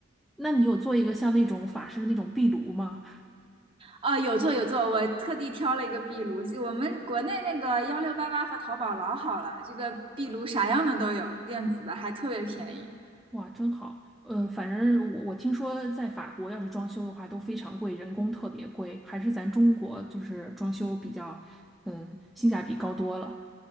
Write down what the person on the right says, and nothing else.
啊，有做有做，我特地挑了一个壁炉，我们国内那个幺六八八和淘宝老好了，这个壁炉啥样的都有，电子的还特别便宜。